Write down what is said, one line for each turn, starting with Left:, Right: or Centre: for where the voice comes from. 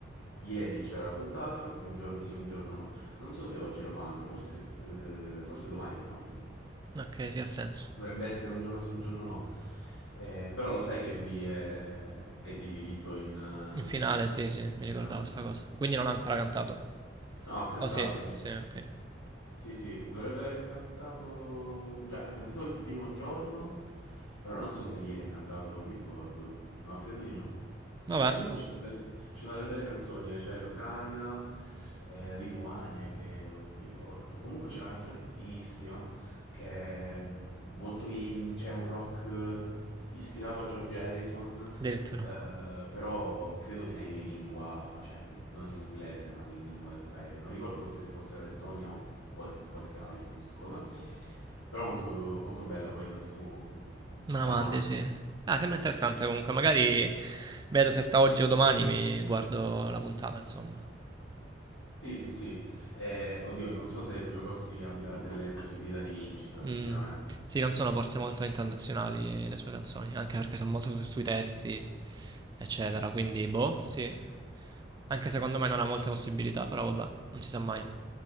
Left: ieri c'era la puntata perché un giorno sì, un giorno no. Non so se oggi lo fanno, forse, eh, forse domani lo fanno.
Right: Ok, sì, ha senso.
Left: Dovrebbe essere un giorno sì, un giorno no. Eh, però lo sai che lui è, è di diritto in, eh,
Right: In finale, sì, sì,
Left: in
Right: mi
Left: finale,
Right: ricordavo
Left: sì,
Right: sta cosa.
Left: sì.
Right: Quindi non ha ancora cantato.
Left: No, ha cantato,
Right: Oh sì,
Left: sì.
Right: sì, ok.
Left: Sì, sì, dovrebbe aver cantato... Già, ha cantato il primo giorno, però non so se ieri ha cantato, non mi ricordo. No, credo di no.
Right: Vabbè,
Left: Comunque ci sono delle, ci sono delle belle canzoni, eh, c'è l'Ucraina, eh, la Lituania, credo, non mi ricordo. Comunque c'è una canzone fighissima che è molto indie, cioè un rock eh, ispirato a George Harrison,
Right: addirittura.
Left: eh, però credo sia in lingua, cioè non in inglese, ma nella lingua del paese. Non ricordo se fosse la Lettonia o quals- qualche altro, non so cosa. Però molto, molto bella, poi al massimo
Right: Me
Left: te
Right: la mandi,
Left: la mando.
Right: sì. Ah, sembra interessante comunque, magari vedo se sta oggi o domani mi guardo la puntata, insomma.
Left: Sì, sì, sì. Eh, oddio, non so se Lucio Corsi abbia delle possibilità di vincita,
Right: Mh.
Left: sinceramente.
Right: Sì, non sono forse molto internazionali le sue canzoni, anche perché son molto su sui testi, eccetera, quindi boh, sì. Anche secondo me non ha molte possibilità, però vabbè, non si sa mai.